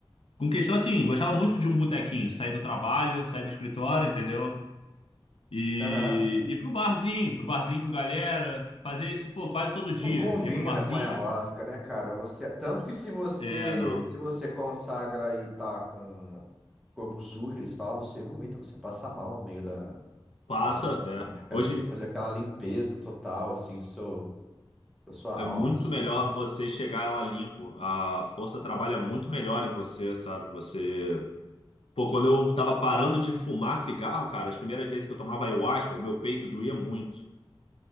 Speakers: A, on the left; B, in the centre.
A: Com questão assim, gostava muito de um botequinho. Sair do trabalho, sair do escritório, entendeu? E
B: Aham.
A: ir pro barzinho, pro barzinho com galera. Fazer isso, pô, quase todo dia.
B: Não combina
A: Ia pro barzinho.
B: com a ayahuasca, né, cara? Você, tanto que se você
A: É, não.
B: se você consagra e tá com corpo sujo, eles falam, você vomita, você passa mal no meio da,
A: Passa,
B: da cerimônia,
A: é.
B: né,
A: Hoje
B: cara? Você tem que fazer aquela limpeza total, assim, do seu, da sua
A: é
B: alma,
A: muito
B: assim.
A: melhor você chegar lá limpo. A força trabalha muito melhor em você, sabe? Você. Pô, quando eu tava parando de fumar cigarro, cara, as primeiras vezes que eu tomava ayahuasca, o meu peito doía muito.